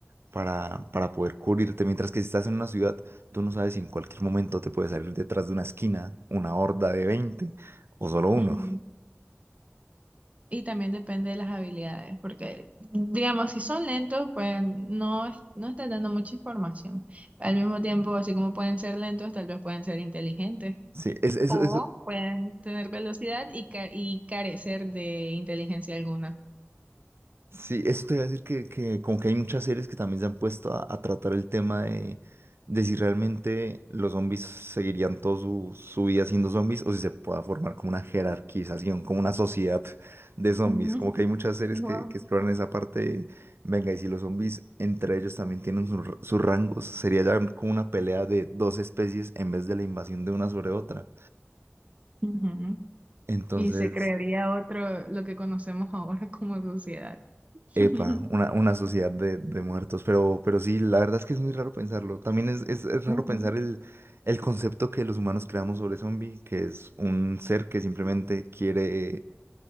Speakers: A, on the right; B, on the right.
A: para, para poder cubrirte. Mientras que si estás en una ciudad, tú no sabes si en cualquier momento te puede salir detrás de una esquina una horda de 20 o solo uno.
B: Ujú. Y también depende de las habilidades, porque digamos, si son lentos, pues no, es- no estás dando mucha información. Al mismo tiempo, así como pueden ser lentos, tal vez pueden ser inteligentes
A: Sí, es, eso,
B: o
A: eso.
B: pueden tener velocidad y, ca- y carecer de inteligencia alguna.
A: Sí, eso te iba a decir que, que como que hay muchas series que también se han puesto a, a tratar el tema de, de si realmente los zombies seguirían toda su, su vida siendo zombies o si se pueda formar como una jerarquización, como una sociedad de zombies.
B: Mm,
A: Como que hay muchas series
B: wow.
A: que, que exploran esa parte de, venga, y si los zombies entre ellos también tienen sus r- sus rangos, sería ya como una pelea de dos especies en vez de la invasión de una sobre otra.
B: Ujú.
A: Entonces,
B: Y se crearía otro, lo que conocemos ahora como sociedad. <laughs>
A: Epa, una, una sociedad de, de muertos, pero, pero sí, la verdad es que es muy raro pensarlo. También es, es, es raro
B: Ujú,
A: pensar el, el concepto que los humanos creamos sobre zombie, que es un ser que simplemente quiere